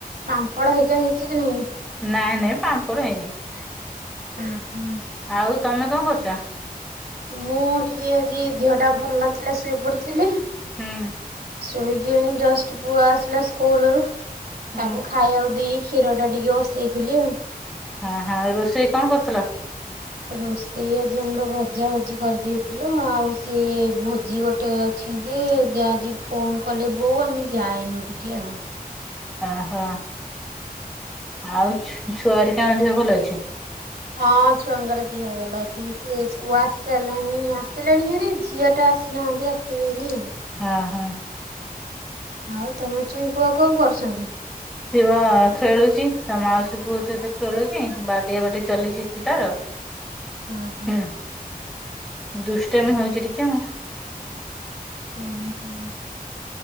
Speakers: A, on the right; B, in the centre.
A: ପାମ୍ପଡ଼ ହେଇିକା ହେଇଚିକି ନାହିଁ?
B: ନାଇଁ ନାଇଁ ପାମ୍ପଡ଼ ହେଇନେଇଁ।
A: ଉଁ ହୁଁ।
B: ଆଉ ତମେ କଣ କରୁଚ?
A: ମୁଁ ଟିକେ ଆଜି ଦୀହଟା ଭଲ ନଥିଲା ଶୋଇପଡ଼ିଥିଲି
B: ହୁଁ।
A: ସୋଇକି ଏଇନେ ଜଷ୍ଟ୍ ପୁଅ ଆସିଲା ସ୍କୁଲରୁ ତାକୁ
B: ହୁଁ
A: ଖା ଖାଇବାକୁ ଦେଇକି କ୍ଷୀରଟା ଟିକେ ବସେଇଥିଲି ଆଉ।
B: ହଁ ହଁ ରୋଷେଇ କଁ କରୁଥିଲ?
A: ରୋଷେଇ ଆଜି ଆମର ଭଜା ଭଜି କରିଦେଇଥିଲୁ ଆଉ ସିଏ ଭୋଜି ଗୋ ଗୋଟେ ଅଛିଯେ ଯାଆଜି ଫୋନ୍ କଲେ ବୋଉ ଆମେ ଯାଇନୁ ଟିକେ ଆଉ।
B: ଓହୋ ଆଉ ଛୁଆରିକା ଦେହ ଭଲ ଅଛି?
A: ହଁ ଛୁଆଙ୍କର ଦିହ ଭଲ ଅଛି ସେପୁଅ ଆସିସାରିଲାଣି ଆସିଲାଣି ହାରି ଝିଅ ଟା ଆସନାହାନ୍ତି ଆସିବେନି।
B: ହଁ ହଁ।
A: ଆଉ ତମ ଚୁଇଁ ପୁଅ କଁ କରୁଚନ୍ତି?
B: ସିଏବା ଖେଳୁଚି ତାମାଉସୀ ପୁଅ ସହିତ ଖେଳୁଚି ବାଡିଆ ବାଡି ଚାଲିଚି ସିଏ ତାର
A: <inaudible> ହଁ।
B: ହୁଁ, ଦୁଷ୍ଟାମୀ ହଉଚି ଟିକେ ଆଉ।
A: ହୁଁ ହୁଁ।